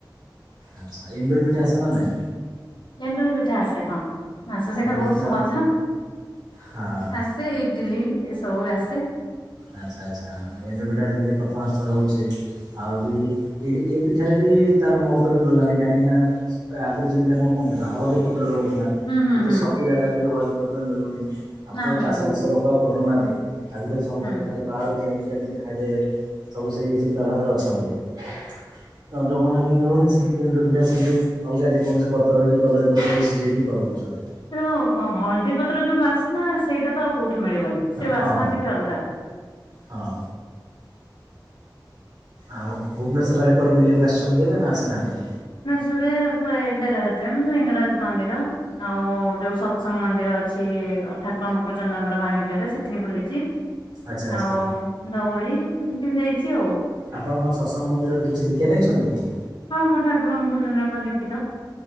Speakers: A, on the right; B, on the left.
A: ଆଛା ଏଣ୍ଡୁରି ପିଠା ଆସେ ନା ନାଇଁ?
B: ଏଣ୍ଡୁରି ପିଠା ଆସେ ହଁ ଆସ ସେଇଟା
A: ଏଣ୍ଡୁରି
B: ବହୁତ
A: ପିଠା
B: ସହଜ
A: ହଁ
B: ଆସ୍ ତେ ଇଡଲି ଏ ସବୁ ବି ଆସେ।
A: ଆଚ୍ଛା ଆଚ୍ଛା ଏଣ୍ଡୁରି ପିଠାରେ ଯେମିତି ପ୍ରଥମାଷ୍ଟମୀ ହୋଉଛି। ଆଉ ବି ଏହି ଏ ପିଠାରେ ବି ତାର ମହତ୍ଵ ବି ଗଲଣିି କାହିଁକି ନା ଆଗରୁ ଯେମିତି ଆମର କଣ ଥିଲା ହଳଦୀ ପତ୍ର ରହୁଥିଲା।
B: ହୁଁ ହୁଁ
A: କିନ୍ତୁ
B: ହୁଁ
A: ସବୁ ଜାଗାରେ ବି ହଳଦୀ ପତ୍ର ମିଳୁନି ଆଉ
B: ନା
A: ତ
B: ମିଳୁନି
A: ଚାଷ ବାସ ଲୋକ ଆଉ କରୁନାହାନ୍ତି। ଆଜିକାଲି ସମସ୍ତେ
B: ହୁଁ।
A: ଖାଲି ବାହାରୁ କିଣିକି କେମିତି ଖାଇଦେବେ ସବୁ ସେଇ ଚିନ୍ତାଧାରାରେ ଅଛନ୍ତି। ହ ତ ଯେଉମାନଙ୍କୁ ବି ମିଳୁନି ସେମିତି ଏଣ୍ଡୁରି ପିଠା ସେମିତି ଅଲଗା ଯେକୌଣସି ପତ୍ର ବି କଦଳୀ ପତ୍ରରେ ବି ସିଝେଇକି କରି ଦୋଉଛନ୍ତି।
B: ହେଲେ କଣ ହବ ହଳଦୀ ପତ୍ର ଯୋଉ ବାସ୍ନା ସେଇଟା ତ ଆଉ କୋଉଠୀ ମିଳିବନି ସେ ବାସ୍ନା
A: ହଁ
B: କିଛି ଅଲଗା।
A: ହଁ। ଆଉ ଭୁବନେଶ୍ୱର ଆଡ଼େ କୁଆଡ଼େ ବୁଲିବାକୁ ଆସିଛନ୍ତି କେବେ ନା ଆସିନାହାନ୍ତି?
B: ଯୋଉ ଟାରେ ପ୍ରାୟେ <unintelligible> ଲିଙ୍ଗରାଜ ମନ୍ଦିର। ଆଉ ଯୋଉ ସତ୍ସଙ୍ଗ ମନ୍ଦିର ଅଛି ଅ ଠାକୁର ଅନୁକୂଳ ଚନ୍ଦ୍ରଙ୍କର ବାଣୀ ବିିହାର୍ ରେ ସେଠି ବି ବୁଲିଛି।
A: ଆଚ୍ଛା ଆଚ୍ଛା
B: ଆଉ ଧଉଳି ଏମିତି ଯାଇଛି ଆଉ।
A: ଆପଣଙ୍କଣ ସତ୍ସଙ୍ଗ ମନ୍ଦିର ରେ କିଛି ଦୀକ୍ଷା ନେଇଛନ୍ତି କି?
B: ହଁ ମୁଁ ଠାକୁର ଅନୁଗୁଳ ଚନ୍ଦ୍ରଙ୍କ ଦୀକ୍ଷିତ।